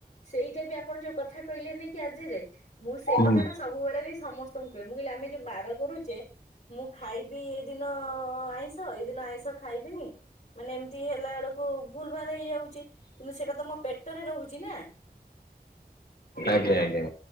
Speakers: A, on the left; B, on the left.
A: ସେଇଟା ବି ଆପଣ ଯୋଉ କଥା କହିଲେ ନେଇକି ଆଜିରେ ମୁଁ ସେଇ
B: ହୁଁ
A: କଥାଟା ସବୁବେଳେ ବି ସମସ୍ତଙ୍କୁ କୁହେ ମୁଁ କହିଲି ଆମେ ଯୋଉ ବାର କରୁଚେ ମୁଁ ଖାଇବି ଦିନ ଆଇଁଷ ତ ଏଇ ଦିନ ଆଇଁଷ ଖାଇବିନି ମାନେ ଏମିତି ହେଲା ବେଳକୁ ଭୁଲ ଭାଲ ହେଇଯାଉଚି। କିନ୍ତୁ ସେଟା ତ ମୋ ପେଟରେ ରୋହୁଚି ନା।
B: ଆଜ୍ଞା ଆଜ୍ଞା।